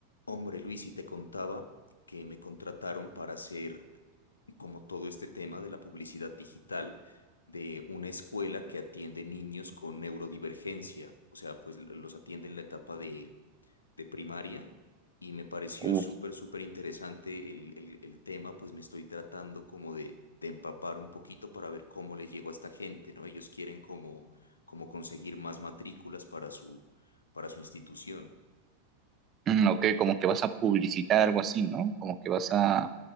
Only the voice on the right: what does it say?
Uf,
mm, ok, como que vas a publicitar algo así, ¿no? Como que vas a...